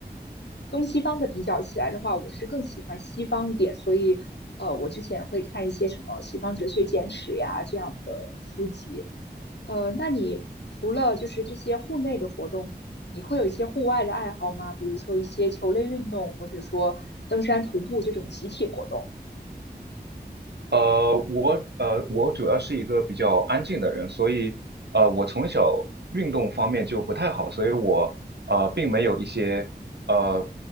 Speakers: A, on the left; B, on the right.
A: 东西方的比较起来的话，我是更喜欢西方一点，所以呃，我之前会看一些什么《西方哲学简史》呀这样的书籍。呃，那你除了就是这些户内的活动，你会有一些户外的爱好吗？比如说一些球类运动，或者说登山、徒步这种集体活动。
B: 呃，我呃，我主要是一个比较安静的人，所以呃，我从小运动方面就不太好，所以我呃，并没有一些呃